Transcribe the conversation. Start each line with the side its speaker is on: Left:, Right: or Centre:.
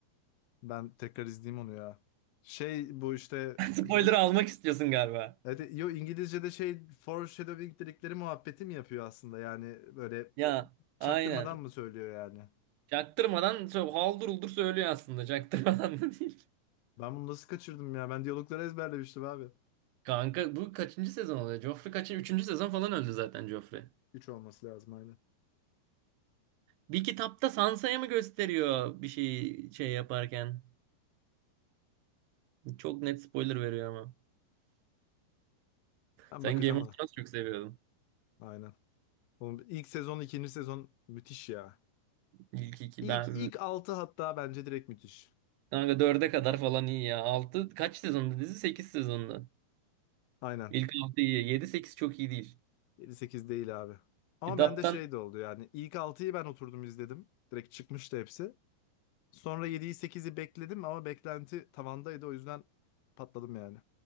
Left: ben tekrar izleyeyim onu ya. Şey bu işte
Right: <laughs> Spoiler'ı
Left: İngi-
Right: almak istiyorsun galiba.
Left: Evet, yo İngilizce'de şey foreshadowing dedikleri muhabbeti mi yapıyor aslında yani böyle
Right: Ya
Left: çaktırmadan
Right: aynen.
Left: mı söylüyor yani?
Right: Çaktırmadan sö- haldır uldur söylüyor aslında. Çaktırmadan da değil.
Left: Ben bunu nasıl kaçırdım ya? Ben diyalogları ezberlemiştim abi.
Right: Kanka bu kaçıncı sezon oluyor? Joffrey kaçıncı? Üçüncü sezon falan öldü zaten Joffrey.
Left: üç olması lazım aynen.
Right: Bir kitapta Sansa'ya mı gösteriyor bir şey şey yaparken? Çok net spoiler veriyor ama.
Left: Ben
Right: Sen
Left: bakacağım
Right: Game of
Left: ona.
Right: Thrones çok seviyordun.
Left: Aynen. Oğlum, ilk sezon, ikinci sezon müthiş ya.
Right: İlk iki
Left: İlk
Right: ben
Left: ilk 6 hatta bence direkt müthiş.
Right: kanka dörde kadar falan iyi ya. Altı kaç sezonda dizi? Sekiz sezonda.
Left: Aynen.
Right: İlk altı iyi. Yedi sekiz çok iyi değil.
Left: yedi sekiz değil abi. Ama
Right: Kitaptan
Left: bende şey de oldu yani. İlk altıyı ben oturdum izledim. Direkt çıkmıştı hepsi. Sonra 7'yi sekizi bekledim ama beklenti tavandaydı o yüzden patladım yani.